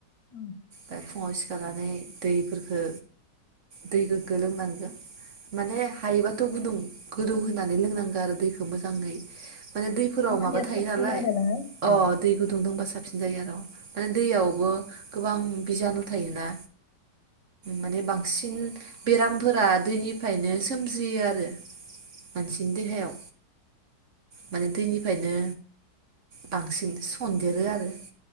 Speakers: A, on the left; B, on the right.
A: उम
B: दा फुङाव सिखारनानै दैफोरखो दै गो गो लोंनांगौ माने हायोबा खौ गुदुं गोदौ होनानै लोंनांगौ आरो दैखौ मोजाङै माने दैफोराव
A: होमबानिया
B: माबा थायो
A: साबसिन
B: नालाय
A: आरोना
B: अ
A: औ
B: दै गुदुंदोंबा साबसिन जायो आर' माने दैयावबो गोबां बिजानु थायोना। माने बांसिन बेरामफोरा दैनिफ्रायनो सोमजियो आरो। मानसिनि देहायाव माने दैनिफ्रायनो बांसिन सन्देरो आरो।